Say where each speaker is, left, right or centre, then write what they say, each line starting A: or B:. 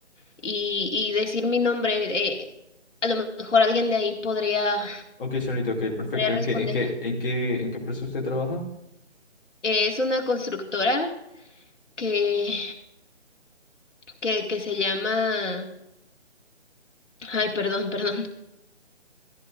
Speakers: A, on the left; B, on the left.
A: y, y decir mi nombre. eh, a lo mejor alguien de ahí podría,
B: Ok, señorita, ok, perfecto.
A: podría
B: ¿En
A: responder.
B: qué, en qué, en qué, en qué empresa usted trabaja?
A: Eh, es una constructora que, que, que se llama... Ay, perdón, perdón.